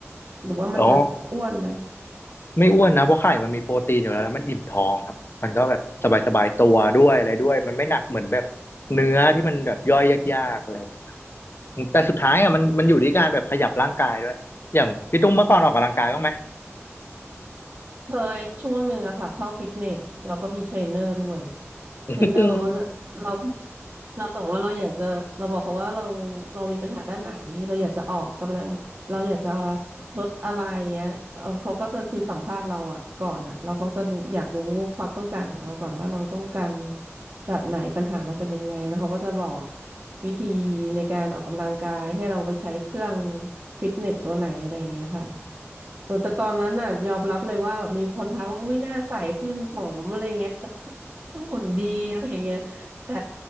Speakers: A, on the right; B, on the left.
A: หรือว่ามันจะอ้วนไหม
B: อ๋อไม่อ้วนนะเพราะไข่มันมีโปรตีนอยู่แล้วแล้วมันอิ่มท้องครับมันก็แบบสบายสบายตัวด้วยอะไรด้วยมันไม่หนักเหมือนแบบเนื้อที่มันแบบย่อยยากๆอะไรอย่างเงี้ยครับแต่สุดท้ายอ่ะมันมันอยู่ที่การแบบขยับร่างกายด้วยอย่างพี่ตุ้มเมื่อก่อนออกกำลังกายบ้างไหม
A: เคยช่วงหนึ่งอะค่ะเข้าฟิตเนสเราก็มีเทรนเนอร์ด้วย
B: <laughs>
A: เทรนเนอร์เขาก็จะเรา
B: อืม
A: เราสมมติว่าเราอยากจะเราบอกเขาว่าเราเรามีปัญหาด้านไหนเราอยากจะออกกำลังเราอยากจะลดอะไรเงี้ยเอาเขาก็จะคือสัมภาษณ์เราอะก่อนอะเราเขาจะรู้อยากรู้ความต้องการของเราก่อนว่าเราต้องการแบบไหนปัญหาเราเป็นยังไงแล้วเขาก็จะบอกวิธีในการออกกำลังกายให้เราไปใช้เครื่องฟิตเนสตัวไหนอะไรอย่างเงี้ยค่ะ แต่แต่ตอนนั้นน่ะยอมรับเลยว่าแบบมีคนทักว่าอุ้ยหน้าใสขึ้นผอมอะไรเงี้ย <laughs> ดูหุ่นดีอะไรเงี้ยแต่